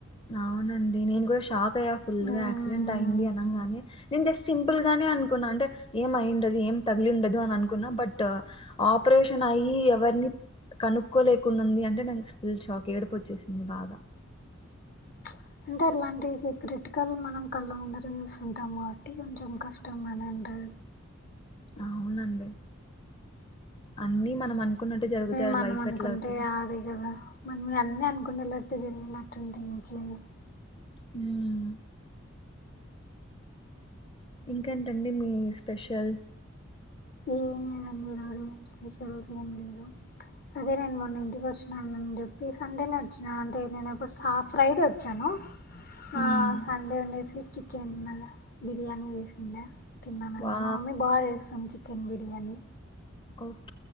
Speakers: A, on the left (about 25°); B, on the left (about 45°).
A: అవునండి నేను కూడా షాక్ అయ్యా ఫుల్
B: మ్మ్
A: గా యాక్సిడెంట్ అయింది అనంగానే నేను జస్ట్ సింపుల్ గానే అనుకున్నా అంటే ఏం అయుండది ఏం తగిలిండది డదు అనుకున్నా బట్ ఆపరేషన్ అయి ఎవరిని కనుక్కోలేకుంది అంటే నేన్ ఫుల్ షాక్ ఏడుపొచ్చేసింది బాగా
B: ప్చ్ అంటే అట్లాంవి క్రిటికల్ మనం కళ్ళ ముందట చూస్తుంటాము కాబట్టి కొంచెం కష్టంగానే ఉంటది
A: అవునండి అన్ని మనం అనుకున్నట్టు జరిగితే అది
B: మనం
A: లైఫ్
B: అనుకుంటె
A: ఎట్లా అవుతది
B: అది కదా మనం అన్నీ అనుకుంటేలా తిరిగి నట్టు ఉంటది <unintelligible>
A: హుమ్ ఇంకేంటండి మీ స్పెషల్
B: ఏమ్ స్పెషల్ ఏం లేదు అదే నేను మొన్న ఇంటికి వచ్చానుని చెప్పి సండే నొచ్చిన అంటే నేనుప్పుడు ఫ్రైడే వచ్చాను
A: మ్మ్
B: ఆ సండే ఉండేసి స్వీట్ చికెన్ మళ్ళ బిర్యాని వేసింద తిన్నానండి
A: వా
B: మా మమ్మి బాగ చేస్తాంది చికెన్ చికెన్ బిర్యానీ
A: కొ